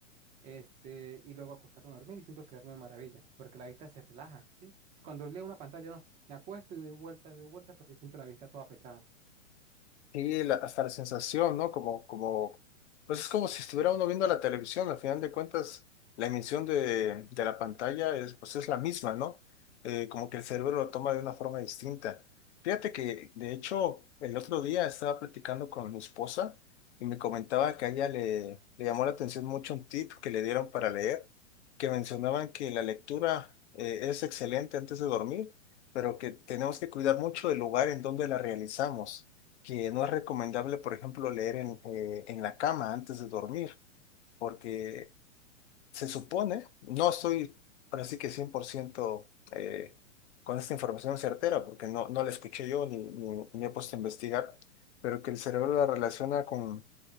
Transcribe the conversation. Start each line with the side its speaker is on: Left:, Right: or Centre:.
Right: este, y luego acostarme a dormir y siento que duermo de maravilla, porque la vista se relaja, ¿sí? Si Cuando leo una pantalla, no, me acuesto y doy vueltas, doy vueltas porque siento la vista toda pesada.
Left: Sí, la- hasta la sensación, ¿no? Como, como, pues es como si estuviera uno viendo la televisión, al final de cuentas, la emisión de, de la pantalla es, pues es la misma, ¿no? Eh, como que el cerebro lo toma de una forma distinta. Fíjate que, de hecho, el otro día estaba platicando con mi esposa y me comentaba que a ella le, le llamó la atención mucho un tip que le dieron para leer, que mencionaban que la lectura eh, es excelente antes de dormir, pero que tenemos que cuidar mucho el lugar en donde la realizamos que no es recomendable, por ejemplo, leer en, eh, en la cama antes de dormir, porque se supone, no estoy ahora sí que 100% eh, con esta información certera, porque no, no la escuché yo ni, ni, ni he puesto a investigar, pero que el cerebro la relaciona con